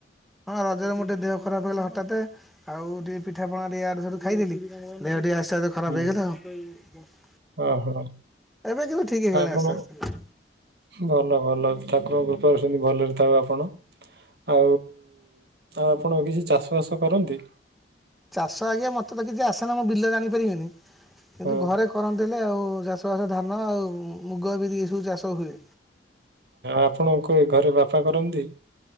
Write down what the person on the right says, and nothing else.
ହୁଁ
ଓହୋ
ଆପଣ
ଭଲ ଭଲ ଠାକୁରଙ୍କ କୃପାରୁ ସେମତି ଭଲରେ ଥାଉ ଆପଣ। ଆଉ ଆଉ ଆପଣ କିଛି ଚାଷ ବାସ କରନ୍ତି?
ହଁ
ଆପଣଙ୍କୁ ଏ ଘରେ ବାପା କରନ୍ତି?